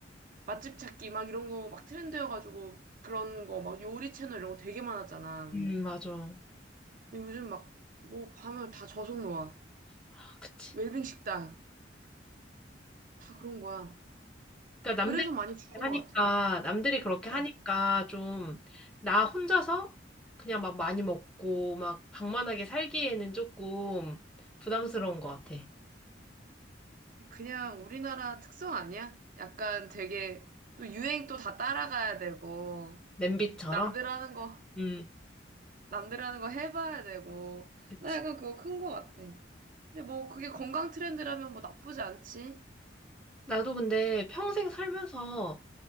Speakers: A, on the right (about 45°); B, in the centre.
A: 맛집 찾기 막 이런 거 막 트렌드여가지고, 그런 거 막 요리 채널 이런 거 되게 많았잖아.
B: 음, 맞아.
A: 근데 요즘 막 뭐 밤을 다 저속노화,
B: 아, 그치.
A: 웰빙 식당 다 그런 거야.
B: 그러니까
A: 그래서
B: 남들이 그렇게
A: 많이 줄은
B: 하니까
A: 것 같아.
B: 남들이 그렇게 하니까
A: 어.
B: 좀 나 혼자서 그냥 막 많이 먹고 막 방만하게 살기에는 조금 부담스러운 것 같아.
A: 그냥 우리나라 특성 아니야? 약간 되게 또 유행 또 다 따라가야 되고
B: 냄비처럼.
A: 남들 하는 거
B: 음,
A: 남들 하는 거 해봐야 되고
B: 그치.
A: 나 약간 그거 큰 것 같아. 근데 뭐 그게 건강 트렌드라면 뭐 나쁘지 않지?
B: 나도 근데 평생 살면서